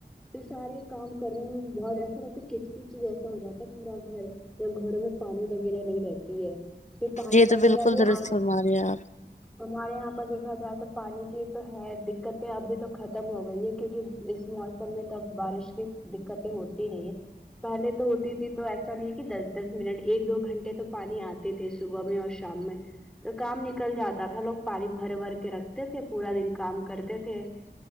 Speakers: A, in the centre; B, on the left.
A: تو سارے کام کرنے میں بہت ایسا لگتا ہے کچ کچ ایسا ہو جاتا ہے پورا گھر جب گھروں میں پانی وغیرہ نہیں رہتی ہے پھر پانی
B: یہ تو
A: وغیرہ
B: بالکل
A: بھی
B: درست
A: آج
B: فرما رہے ہیں آپ
A: ہمارے یہاں دیکھا جائے تو پانی کی تو ہے دقتیں ابھی تو ختم ہو گئی ہے کیونکہ اس موسم میں تو اب بارش کی دقتیں ہوتی نہیں ہے پہلے تو ہوتی تھی تو ایسا نہیں ہے کہ دس دس منٹ ایک دو گھنٹے تو پانی آتے تھے صبح میں اور شام میں تو کام نکل جاتا تھا لوگ پاری بھر بھر کے رکھتے تھے پورا دن کام کرتے تھے